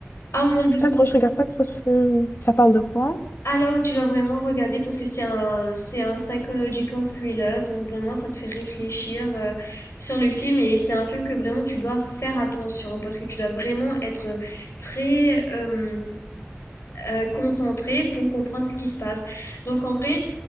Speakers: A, on the left; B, on the left.
A: Ah mon Dieu,
B: Je suis
A: c'est-
B: pas trop, je regarde pas trop de films. Ça parle de quoi?
A: alors tu dois vraiment regarder parce que c'est un, c'est un psychological thriller, donc vraiment ça te fait réfléchir euh, sur le film et c'est un film que vraiment tu dois faire attention parce que tu dois vraiment être très... euh, euh, concentré pour comprendre ce qui se passe. Donc en vrai,